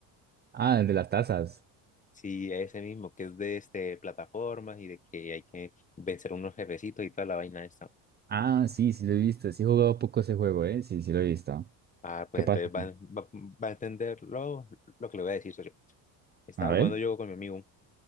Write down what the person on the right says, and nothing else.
ah, el de las tazas.
Ah, sí, sí lo he visto. Sí he jugado poco ese juego, ¿eh? Sí, sí lo he visto.
¿Qué
pasa?
A ver.